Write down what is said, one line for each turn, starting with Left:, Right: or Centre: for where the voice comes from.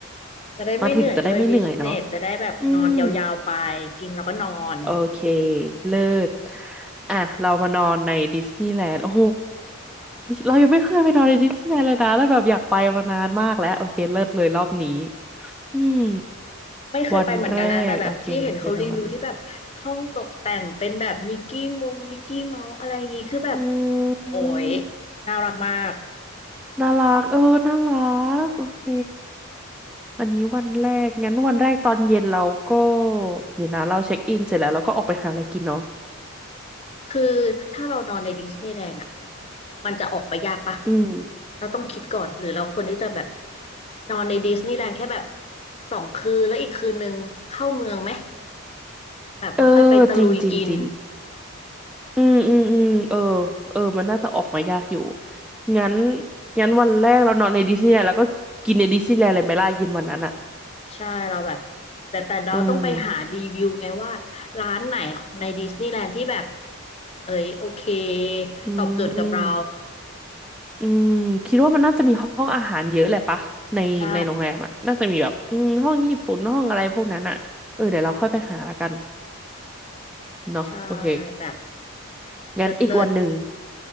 Left: จะได้ไม่เหนื่อยด้วยบิสเนสจะได้แบบนอนยาวๆไป
Centre: มาถึงจะได้ไม่เหนื่อยเนาะอืม
Left: กินแล้วก็นอน
Centre: โอเคเลิศอ่ะเรามานอนในดิสนีย์แลนด์โอ้โหเรายังไม่เคยไปนอนในดิสนีย์แลนด์เลยนะแล้วแบบอยากไปมานานมากแล้วโอเคเลิศเลยรอบนี้ อืม
Left: ไม่เคยไปเหมือนกันนะแต่แบบที่เห็นเขารีวิวที่แบบห้องตกแต่งเป็นแบบมิกกี้มงมิกกี้เมาส์อะไรอย่างงี้คือแบบ
Centre: วันแรกโอเคเราไปนอนอื
Left: โอ้ย
Centre: ม
Left: น่ารักมาก
Centre: น่ารักเออน่ารักโอเคอันนี้วันแรกงั้นวันแรกตอนเย็นเราก็เดี๋ยวนะเราเช็คอินเสร็จแล้วเราก็ออกไปหาอะไรกินเนาะ
Left: คือถ้าเรานอนในดิสนีย์แลนด์อ่ะมันจะออกไปยากปะ
Centre: อืม
Left: เราต้องคิดก่อนหรือเราควรที่จะแบบนอนในดิสนีย์แลนด์แค่แบบสองคืนแล้วอีกคืนนึงเข้าเมืองไหมแบบเราค่อยไปตะลุยกิน
Centre: เออจริงจริงจริงอืมอืมอืมเออเออมันน่าจะออกมายากอยู่งั้นงั้นวันแรกเรานอนในดิสนีย์แลนด์แล้วก็กินในดิสนีย์แลนด์เลยไหมล่ะเย็นวันนั้นอ่ะ
Left: ใช่เราแบบแต่แต่เราต้องไปหารีวิวไงว่าร้านไหนในดิสนีย์แลนด์ที่แบบ
Centre: อืม
Left: เอ้ยโอเค
Centre: อื
Left: ตอบโจทย์กับเรา
Centre: ม อืมคิดว่ามันน่าจะมีห้องอาหารเยอะแหละปะในในโรงแรมอ่ะน่าจะมีแบบอืมห้องญี่ปุ่นห้องอะไรพวกนั้นอ่ะเออเดี๋ยวเราค่อยไปหาละกัน
Left: ใช่
Centre: เนาะโอเค
Left: ใช่แบบ
Centre: งั้นอีกวันหนึ่ง
Left: เลิศเลิศ